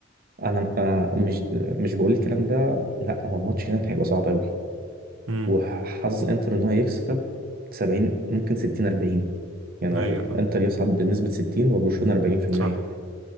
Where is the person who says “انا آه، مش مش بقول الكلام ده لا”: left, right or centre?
Right